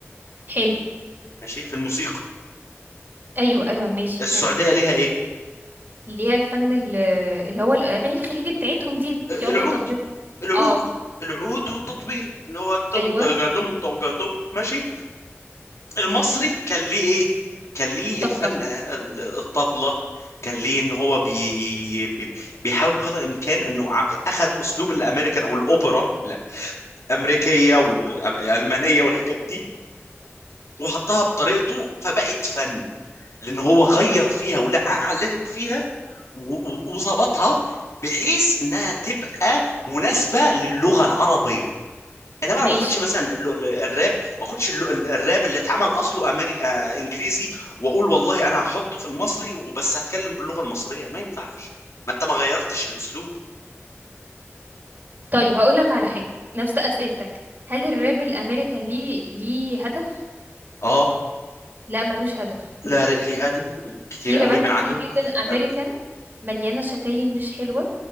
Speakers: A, on the right; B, on the left.
A: حلو
B: ماشي في الموسيقى
A: ايوه ايوه ماشي
B: السعوديه
A: ها
B: ليها ايه
A: اللي هي الفن ال- اللي هو الاغاني الخليجي بتاعتهم دي اللي بيقعدوا
B: العود
A: يطبلوا
B: العود
A: اه
B: العود والتطبيل اللي هو دم
A: ايوه
B: طقة دم طقة دم ماشي المصري كان ليه ايه كان ليه
A: طبله
B: الفن ال- الطبلة كان ليه ان هو بي... بي... بيحاول بقدر الامكان انه ع- اخد اسلوب الامريكان او الاوبرا الامريكيه والالمانيه والحاجات دي وحطها بطريقته فبقت فن لان هو غير فيها ولعب لعب فيها و- و- وظبطها بحيث انها تبقى مناسبه للغه العربيه انما انا
A: ماشي
B: ما اخدش مثلا ال- ال- الراب ما اخدش ال- ال- الراب اللي اتعمل اصله امري آه انجليزي واقول والله انا هحطه في المصري وبس هتكلم باللغه المصريه ما ينفعش ما انت ما غيرتش الاسلوب
A: طيب هقول لك على حاجه نفس اسئلتك هل الراب الامريكان ليه ليه هدف
B: اه
A: لا ملوش هدف
B: لا لي هذا كتير
A: في
B: قوي
A: رابات
B: من
A: كتير
B: عنده
A: جدا امريكان
B: آه،
A: مليانة شتايم مش حلوة